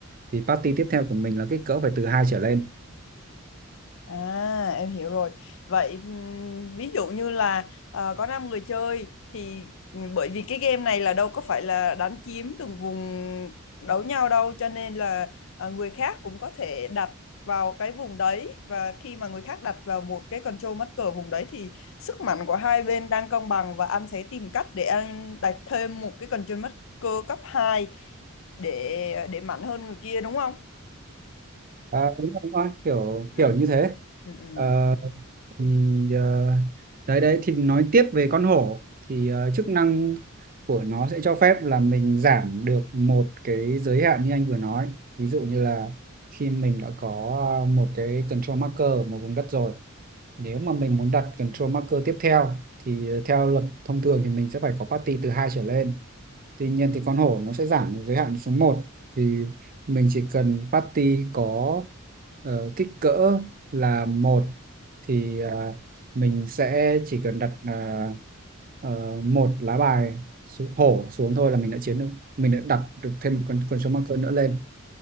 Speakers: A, on the right; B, on the left.
A: thì party tiếp theo của mình là kích cỡ phải từ hai trở lên
B: À, em hiểu rồi. Vậy ừm, ví dụ như là ờ, có 5 người chơi thì ừm, bởi vì cái game này là đâu có phải là đánh chiếm từng vùng đấu nhau đâu cho nên là ờ, người khác cũng có thể đặt vào cái vùng đấy và khi mà người khác đặt vào một cái control mắt cờ vùng đấy thì sức mạnh của hai bên đang cân bằng và anh sẽ tìm cách để anh đặt thêm một cái control mắt cờ cấp 2 để để mạnh hơn người kia đúng không?
A: À, đúng rồi, đúng rồi. kiểu
B: Ừ.
A: kiểu như thế
B: Ừ. ừ.
A: Ờ, thì ờ, đấy đấy thì nói tiếp về con hổ thì ờ, chức năng của nó sẽ cho phép là mình giảm được một cái giới hạn như anh vừa nói ví dụ như là khi mình đã có ờ, một cái control marker ở một vùng đất rồi nếu mà mình muốn đặt control marker tiếp theo thì ờ, theo luật thông thường thì mình sẽ phải có party từ hai trở lên Tuy nhiên thì con hổ nó sẽ giảm giới hạn xuống một thì mình chỉ cần party có ờ, kích cỡ là một thì ờ, mình sẽ chỉ cần đặt ờ, ờ, một lá bài xuống, hổ xuống thôi là mình đã chiến được mình đã đặt được thêm một con con số marker nữa lên